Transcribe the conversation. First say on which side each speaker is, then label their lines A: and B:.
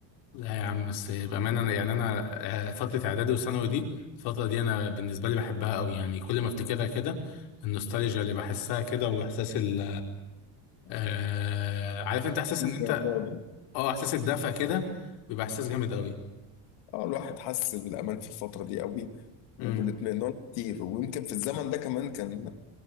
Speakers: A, on the left; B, on the left.
A: لا يا عم بس بامانه أنا- يعني انا آه، فتره اعدادي وثانوي دي الفتره دي انا بالنسبه لي بحبها قوي يعني كل ما افتكرها كده النوستالجيا اللي بحسها كده واحساس ال آه عارف انت احساس ان انت
B: الماضي.
A: اه احساس الدفى كده بيبقى احساس جامد قوي
B: اه الواحد حس بالامان في الفتره دي قوي وبالاطمئنان
A: امم
B: كتير ويمكن في الزمن ده كمان كان